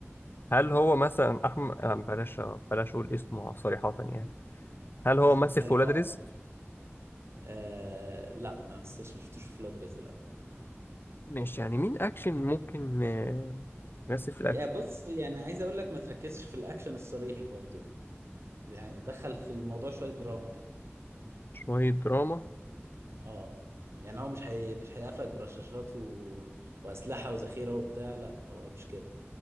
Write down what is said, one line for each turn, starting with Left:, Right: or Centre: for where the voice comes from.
Left: هل هو مثلا أحمد آه، بلاش بلاش أقول اسمه صريحة يعني هل هو
Right: <laughs>
Left: مثل
Right: هل
Left: في ولاد
Right: هو
Left: رزق؟
Right: عمل؟ آه لا ما مثلش ما شفتوش في ولاد رزق لا
Left: ماشي يعني مين أكشن ممكن آه، يمثل في الأكشن
Right: يا بص يعني عايز اقول لك ما تركزش في الاكشن الصريح برضه يعني دخل في الموضوع شوية دراما كده
Left: شوية دراما
Right: اه يعني هو مش حي... مش هيقفلك برشاشات و... وأسلحة وذخيرة وبتاع لا هو مش كده